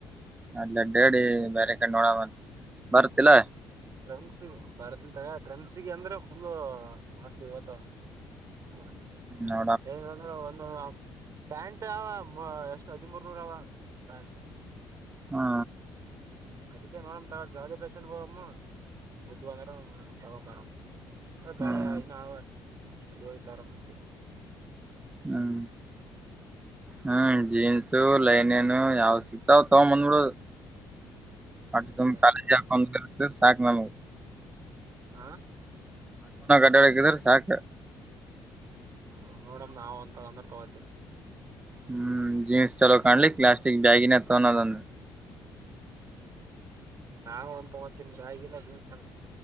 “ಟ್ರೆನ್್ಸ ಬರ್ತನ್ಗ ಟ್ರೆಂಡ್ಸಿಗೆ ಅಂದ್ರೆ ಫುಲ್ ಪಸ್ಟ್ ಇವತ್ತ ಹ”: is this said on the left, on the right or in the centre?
Right